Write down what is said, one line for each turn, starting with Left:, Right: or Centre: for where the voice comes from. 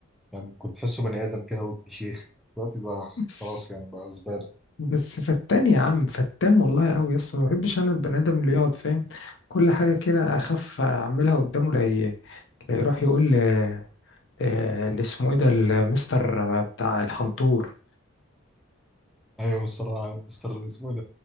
Centre: يعني كنت تحسه بني ادم كده وابن شيخ دلوقتي بقى
Left: بس
Centre: خلاص يعني بقى زباله
Left: بس فتان يا عم فتان والله قوي يس ما بحبش انا البني ادم اللي يقعد فاهم كل حاجة كده اخاف اعملها قدامه لا ي- لا يروح يقول آه، اللي اسمه ايه ده المستر بتاع الحنطور
Centre: ايوه مستر مستر اسمه ايه